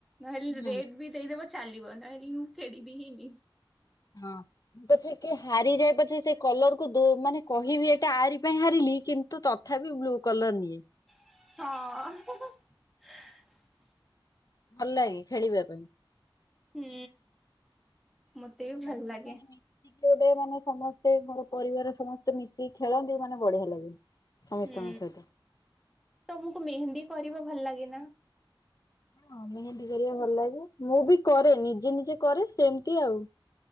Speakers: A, in the centre; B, on the left.
A: ନହେଲେ
B: ହୁଁ।
A: ରେଟ୍ ବି ଦେଇଦବ ଚାଲିବ ନହେଲେ ମୁଁ ଖେଳିବିହିନି।
B: ହଁ ମୁ ପଛେ କି ହାରିଯାଏ ପଛେ ସେ କଲର କୁ ଦୋ ମାନେ କହିବି ଏଟା ଆରି ପାଇଁ ହାରିଲି କିନ୍ତୁ ତଥାପି ବ୍ଲୁ କଲର ନିଏ।
A: ହଁ।
B: ଭଲ ଲାଗେ ଖେଳିବା ପାଇଁ।
A: ହୁଁ। ମତେ ବି
B: ସବୁ
A: ଭଲ ଲାଗେ।
B: ମାନେ ମିଶିକି ଗୋଟେ ମାନେ ସମସ୍ତେ ମୋର ପରିବାର ସମସ୍ତେ ମିଶିକି ଖେଳନ୍ତି ମାନେ ବଢିଆ ଲାଗେ। ସମସ୍ତଙ୍କ
A: ହୁଁ
B: ସହିତ।
A: ତମକୁ ମେହେନ୍ଦୀ କରିବା ଭଲ ଲାଗେ ନା?
B: ହଁ ମେହେନ୍ଧି କରିବା ଭଲ ଲାଗେ। ମୁଁ ବି କରେ ନିଜେ ନିଜେ କରେ ସେମିତି ଆଉ।